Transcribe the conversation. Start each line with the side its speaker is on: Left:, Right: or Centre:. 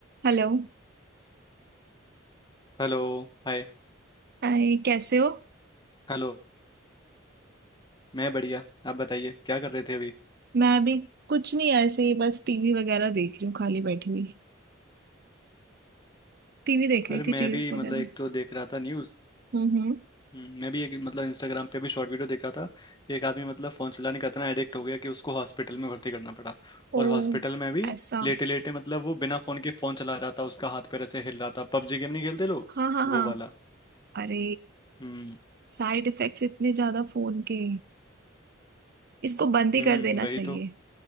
Right: Hello
Left: Hello Hi
Right: Hi कैसे हो
Left: Hello मैं बढ़िया आप बताइए क्या कर रहे थे अभी
Right: मैं अभी कुछ नहीं ऐसे ही बस टीवी वगैरह देख रही हूँ खाली बैठी हुई टीवी देख
Left: अरे
Right: रही थी
Left: मैं
Right: रील्स
Left: भी
Right: वगैरह
Left: मतलब एक तो देख रहा था न्यूज़
Right: हम्म हम्म
Left: हम्म, मैं भी एक मतलब इंस्टाग्राम पे भी शॉर्ट वीडियो देख रहा था एक आदमी मतलब फ़ोन चलाने का इतना एडिक्ट हो गया कि उसको हॉस्पिटल में भर्ती करना पड़ा
Right: ओ
Left: और हॉस्पिटल में भी
Right: ऐसा
Left: लेटे लेटे मतलब वो बिना फ़ोन के फ़ोन चला रहा था उसका हाथ पैर ऐसे हिल रहा था पबजी गेम नहीं खेलते लोग
Right: हाँ हाँ
Left: वो
Right: हाँ
Left: वाला
Right: अरे
Left: हम्म
Right: साइड इफेक्ट्स इतने ज्यादा फोन के इसको बंद ही
Left: हम्म
Right: कर देना
Left: वही
Right: चाहिए
Left: तो